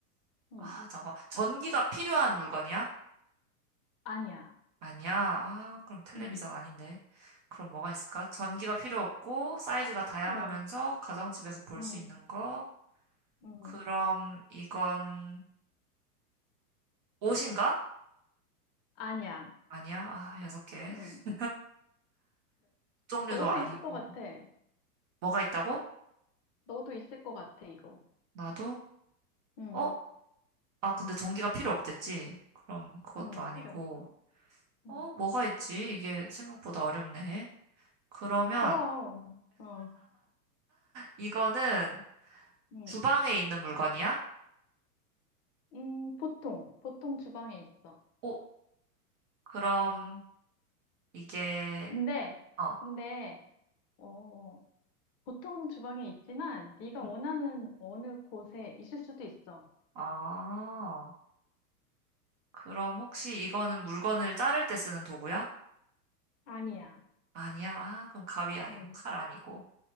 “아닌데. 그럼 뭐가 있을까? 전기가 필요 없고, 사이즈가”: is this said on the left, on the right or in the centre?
Right